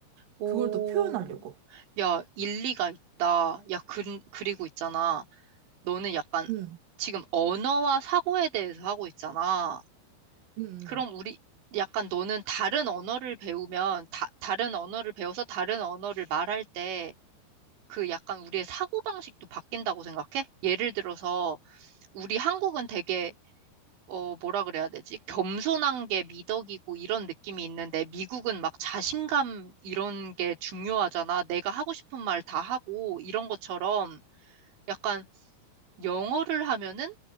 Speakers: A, on the right (about 90°); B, on the right (about 55°).
A: 오.
B: 그걸 또 표현하려고.
A: 야, 일리가 있다. 야, 그, 그리고 있잖아. 너는 약간
B: 응,
A: 지금 언어와 사고에 대해서 하고 있잖아.
B: 응,
A: 그럼
B: 응.
A: 우리 약간 너는 다른 언어를 배우면 다, 다른 언어를 배워서 다른 언어를 말할 때 그 약간 우리의 사고방식도 바뀐다고 생각해? 예를 들어서 우리 한국은 되게 어 뭐라 그래야 되지? 겸손한 게 미덕이고 이런 느낌이 있는데 미국은 막 자신감 이런 게 중요하잖아. 내가 하고 싶은 말 다 하고 이런 것처럼 약간 영어를 하면은